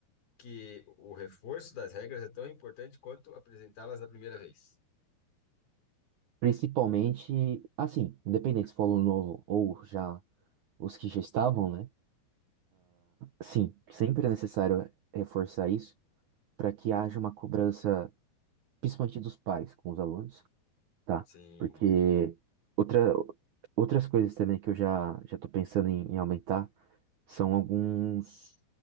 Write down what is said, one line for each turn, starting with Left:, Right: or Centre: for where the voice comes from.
Left: que o reforço das regras é tão importante quanto apresentá-las da primeira vez.
Right: Principalmente, assim, independente se for aluno novo ou já os que já estavam, né? Sim, sempre é necessário reforçar isso para que haja uma cobrança, principalmente dos pais com os alunos, tá?
Left: Sim.
Right: Porque outra, outras coisas também que eu já já estou pensando em, em aumentar são alguns